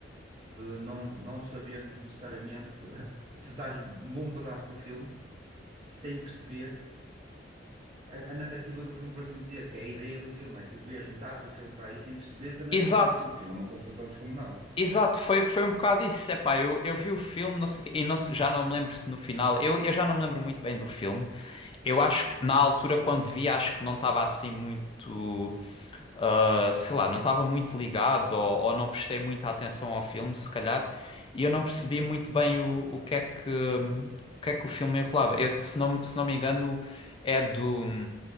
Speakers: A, on the right; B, on the left.
A: de não, não sabermos necessariamente. <laughs> Tu estás um bom pedaço do filme sem perceber a, a narrativa do filme, por assim dizer, que é a ideia do filme. É tu vês metade do filme para aí sem perceberes a narrativa
B: Exato,
A: do filme, que o filme é uma confusão descomunal.
B: exato, foi, foi um bocado isso. Epá, eu, eu vi o filme, não sei, quê, e não, se- já não me lembro se no final. Eu, eu já não me lembro muito bem do filme. Eu acho que na altura, quando vi, acho que não estava assim muito. ah, sei lá, não estava muito ligado ou, ou não prestei muita atenção ao filme, se calhar. E eu não percebi muito bem o, o que é que. hum, O que é que o filme enrolava? Eu- se não, se não me engano, é do.